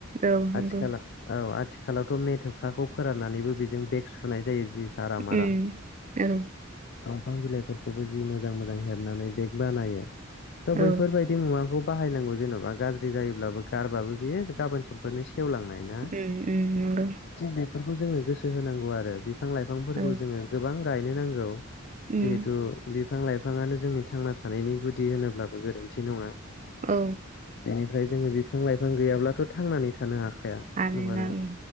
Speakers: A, on the right; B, on the left.
A: औ नंगौ
B: आथिखला औ आथिखालावथ' मेथेवखाखौ फोराननानैबो बेजों बेग सुनाय जायो जि आराम आराम
A: उ ओम
B: दंफां बिलाइफोरखौबो जि मोजां मोजां हेबनानै बेग बानायो थ'
A: औ
B: बैफोरबायदि मुवाखौ बाहायनांगौ जेन'बा गाज्रि जायोब्लाबो गारबाबो बेयो गाबोन समफोरनो सेवलांनाय ना
A: उ उम नंगौ
B: थिग बेफोरखौ जोङो गोसो होनांगौ आरो बिफां लाइफांफोरखौ
A: औ
B: जोङो गोबां गायनो नांगौ
A: उम
B: जिहेथु बिफां लाइफाङानो जोंनि थांना थानायनि गुदि होनोब्लाबो गोरोन्थि नङा
A: औ
B: बेनिफ्राय जोङो बिफां लाइफां गैयाब्लाथ' थांनानै थानो हाखानाय
A: हानोना
B: नङा
A: उम